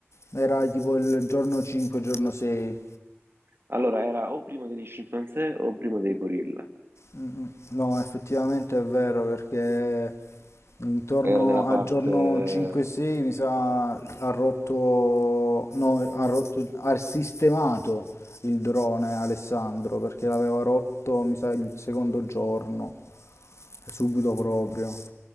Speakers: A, on the left; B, on the right.
A: era tipo il giorno 5, giorno 6.
B: Allora, era o prima degli scimpanzé o prima dei gorilla.
A: Mm, mm. No, effettivamente è vero perché intorno
B: Era della parte...
A: al giorno 5-6 mi sa ha rotto, no, ha rotto, ha sistemato il drone Alessandro perché l'aveva rotto mi sa il secondo giorno. subito proprio.